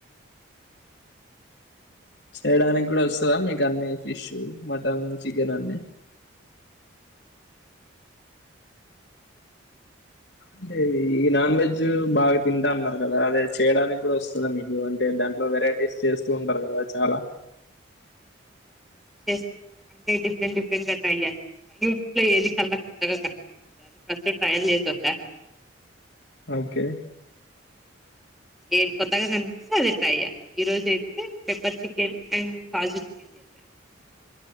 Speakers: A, on the left; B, in the centre.
A: చేయడానికి కూడా వస్తుందా మీకు అన్ని ఫిష్ మటన్ చికెన్ అన్ని అంటే ఈ నాన్ వెజ్ బాగా తింటా అన్నారు కదా అదే చేయడానికి కూడా వస్తుంద కదా మీకు అంటే దాంట్లో వెరైటీస్ చేస్తూ ఉంటారు కదా చాలా
B: ఎస్ అన్ని డిఫరెంట్ డిఫరెంట్ గా ట్రై చేస్తా యూట్యూబ్ లో ఏది కళ్ళకు కొత్తగా కనపడుతదొ. ఫస్ట్ ట్రయల్ చేసి వస్తా
A: ఓకే
B: ఏది కొత్తగా కనిపిస్తే అదే ట్రై చేస్తా ఈ రోజు egg pepper chicken and kaju chicken చేశాను అనమాట.